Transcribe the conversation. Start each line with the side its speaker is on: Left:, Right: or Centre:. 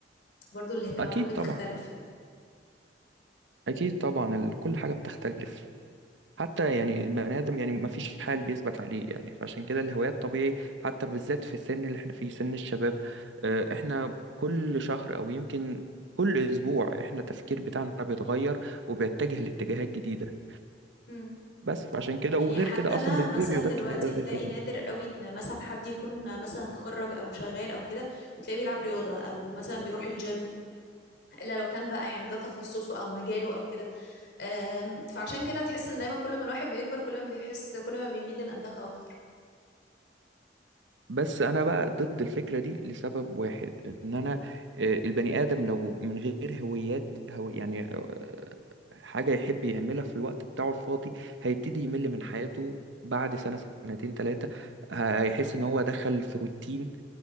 Left: برضو الاهتمامات
Right: اكيد
Left: بتختلف
Right: طبعا
Left: يعني.
Right: اكيد طبعا ال- كل حاجه بتختلف حتى يعني البني آدم يعني ما فيش حال بيثبت عليه يعني فعشان كده الهوايات طبيعي حتى بالذات في السن اللي احنا فيه سن الشباب آه، احنا كل شهر أو يمكن كل أسبوع احنا التفكير بتاعنا بيتغير وبيتجه لاتجاهات جديدة
Left: مم.
Right: بس فعشان كده
Left: يعني
Right: وغير
Left: حتى
Right: كده
Left: انا
Right: أصلا ده
Left: مثلا
Right: في رياضات
Left: دلوقتي
Right: كتير بدأت
Left: تلاقي
Right: تظهر
Left: نادر قوي ان مثلا حد يكون مثلا اتخرج او شغال او كده وتلاقيه بيلعب رياضه او مثلا بيروح الجيم الا لو كان بقى يعني ده تخصصه او مجاله او كده أم، فعشان كده تحس ان دايما كل ما الواحد بيكبر كل ما بيحس كل ما بيميل للانتخاب اكتر
Right: بس انا بقى ضد الفكره دي لسبب واحد ان انا آه، البني ادم لو من غير هويات هو يعني آه، حاجه يحب يعملها في الوقت بتاعه الفاضي هيبتدي يمل من حياته بعد سنه سنتين ثلاثه هيحس ان هو دخل في روتين